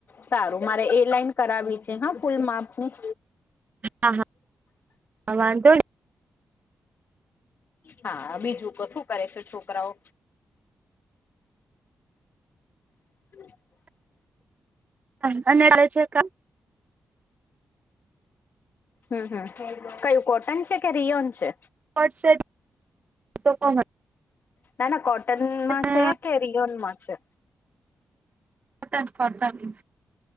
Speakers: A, on the left (about 60°); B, on the right (about 40°).
A: સારું મારે એ લાઇન કરાવી છે હા ફૂલ માપ ની
B: હા હા હા વાંધો ની.
A: હા બીજું કશું કરે છે છોકરાઓ? હ <unintelligible>
B: હ રાહ જોકા. <inaudible>
A: હમ હમ કયું કોટન છે કે રિયોન છે.?
B: વટસપ તો કોણ કર
A: ના ના કોટનમાં
B: ને
A: છે કે રિયોન માં છે.?
B: કોટન કોટન